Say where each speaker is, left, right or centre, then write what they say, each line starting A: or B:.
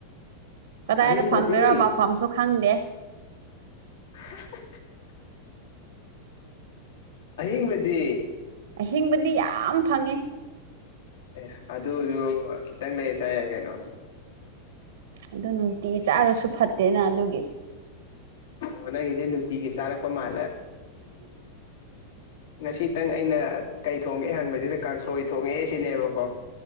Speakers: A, on the right; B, on the left.
A: ꯀꯗꯥꯏꯗ
B: ꯑꯍꯤꯡꯕꯗꯤ
A: ꯐꯪꯗꯣꯏꯔꯣ ꯃꯐꯝꯁꯨ ꯈꯪꯗꯦ
B: <inaudible> ꯑꯍꯤꯡꯕꯗꯤ
A: ꯑꯍꯤꯡꯕꯗꯤ ꯌꯥꯝ ꯐꯪꯉꯦ
B: ꯑꯦ ꯑꯗꯨꯗꯨ ꯈꯤꯇꯪ ꯂꯩ ꯆꯥꯏꯌꯦ ꯀꯩꯅꯣ
A: ꯑꯗꯨ ꯅꯨꯡꯇꯤ ꯆꯥꯔꯁꯨ ꯐꯠꯇꯦꯅ ꯑꯗꯨꯒꯤ
B: ꯑꯣ ꯅꯪꯒꯤꯁꯦ ꯅꯨꯡꯇꯤꯒꯤ ꯆꯥꯔꯛꯄ ꯃꯥꯜꯂꯦ ꯉꯁꯤꯇꯪ ꯑꯩꯅ ꯀꯩ ꯊꯣꯡꯉꯦ ꯍꯪꯕꯁꯤꯗ ꯀꯥꯡꯁꯣꯏ ꯊꯣꯡꯉꯛꯑꯦ ꯁꯤꯅꯦꯕꯀꯣ